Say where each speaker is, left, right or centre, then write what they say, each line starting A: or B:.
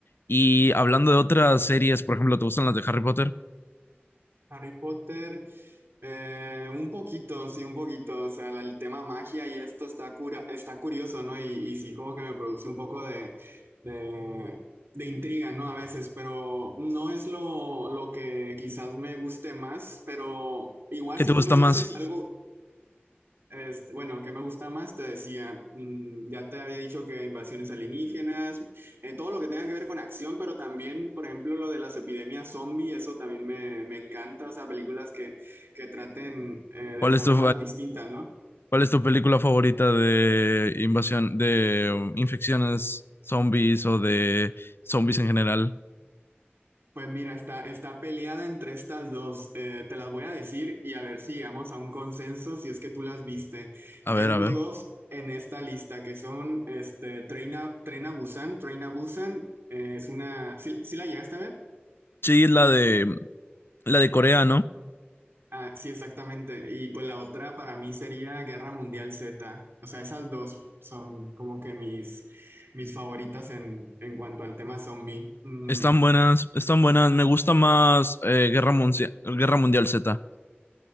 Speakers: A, on the left (about 65°); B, on the right (about 65°).
A: Y hablando de otras series, por ejemplo, ¿te gustan las de Harry Potter?
B: Harry Potter, Eh, un poquito, sí, un poquito. O sea, la- el tema magia y esto está cura, está curioso, ¿no? Y, y sí, como que me produce un poco de, de, de intriga, ¿no? A veces, pero no es lo, lo que quizás me guste más, pero igual
A: ¿Qué
B: si
A: te gusta
B: tú me dices
A: más?
B: algo este, bueno, ¿qué me gusta más? Te decía, mm, ya te había dicho que invasiones alienígenas, eh, todo lo que tenga que ver con acción, pero también, por ejemplo, lo de las epidemias zombie, eso también me, me encanta, o sea, películas que, que traten eh, de
A: ¿Cuál
B: formas
A: es tu,
B: distintas, ¿no?
A: ¿Cuál es tu película favorita de invasión, de um, infecciones zombies o de zombies en general?
B: Pues mira, está, está peleada entre estas dos, eh, te las voy a decir y a ver si llegamos a un consenso, si es que tú las viste.
A: A
B: Tengo
A: ver, a ver.
B: dos en esta lista que son este, Train a, Tren a Busan, Train a Busan, eh, es una, ¿sí, sí la llegaste a ver?
A: Sí, la de la de Corea, ¿no?
B: Ah, sí, exactamente. Y pues la otra para mí sería Guerra Mundial Z. O sea, esas dos son como que mis, mis favoritas en, en cuanto al tema zombie. Mm,
A: Están buenas, están buenas. Me gusta más eh, Guerra Mundial, Guerra Mundial Z.